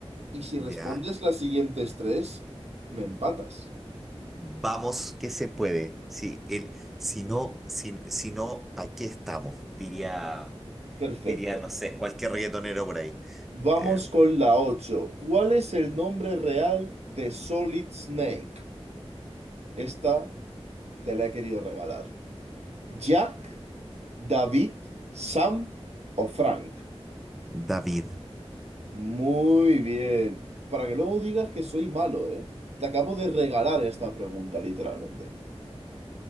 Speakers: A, on the right; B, in the centre.
A: y si
B: ¿ya?
A: respondes las siguientes tres, me empatas.
B: Vamos que se puede. Si, el, si no, si, si no, ¿para qué estamos? Diría,
A: Perfecto.
B: diría, no sé, cualquier reggaetonero por ahí.
A: Vamos
B: Eh,
A: con la 8. ¿Cuál es el nombre real de Solid Snake? Esta te la he querido regalar. ¿Jack, David, Sam o Frank?
B: David.
A: Muy bien. Para que luego digas que soy malo, ¿eh? Te acabo de regalar esta pregunta, literalmente.